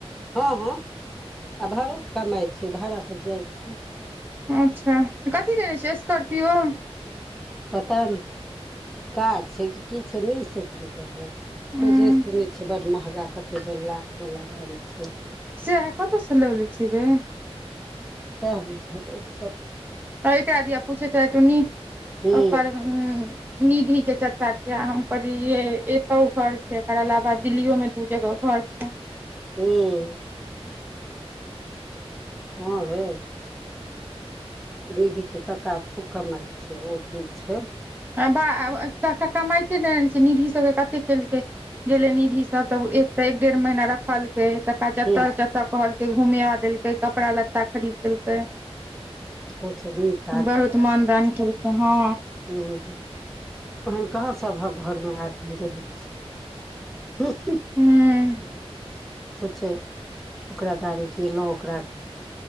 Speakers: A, in the centre; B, on the right.
A: हँ हँ आ भाड़ो पर कमाइ छै भाड़ापर जाइ छै
B: अच्छा कथि लेने छै स्कार्पियो
A: पता ने कार छै कि की छै नहि सक कहबअ
B: उं
A: सोझे सुनै छियै बड महगा कते देढ़ लाख वाला गाड़ी छै
B: सैह कतऽ से लऽ अबलै छै गे
A: सैह बुझक ऊक सभ
B: तऽ एकरा दिया पूछै रहैथ टुनी
A: हूँ
B: एकर निधि के चचा दिया हम कहै ए एतो घर छै एककर अलावा दिल्ली यो मे दू जगह घर छै
A: हँ हँ गे निधीके कक्का खूब कमाइ छै ओ जे छै
B: बाह कक्का कमाते नहि छै निधि सभके कते केलकै गेले निधि सब तऽ एक तऽ एक डेढ़ महीना रखलकै त जतऽ
A: हूँ
B: जतऽ कहलक घुमिया देलकै कपड़ा लत्ता खरीद देलकै
A: ओसभ नीक
B: बहुत मानदान केलकै हँ
A: हुँ ओहन कहाँ सभक घरमे आदमी रहै छै हुँ हह
B: हुँ
A: छुछे ओकरा दारू पीलहुँ ओकरा